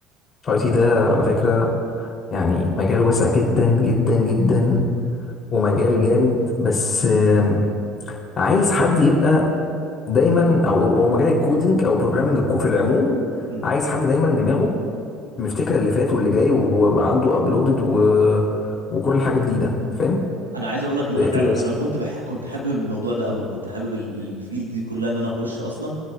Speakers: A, on the left; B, on the right.
A: اي تي ده على فكره يعني مجال واسع جدا جدا جدا ومجال جامد بس آم، عايز حد يبقى دايما او هو مجال الكودينج او بروجرامنج في العموم
B: <laughs>
A: عايز حد دايما دماغه مفتكر اللي فات واللي جاي وهو عنده ابلودد و... وكل حاجه جديده فاهم
B: انا عايز اقول لك ان انا
A: برياكتيف
B: فعلا
A: بس
B: انا كنت بح... كنت حابب الموضوع ده قوي كنت حابب ال- الفيلد دي كلها ان انا اخش اصلا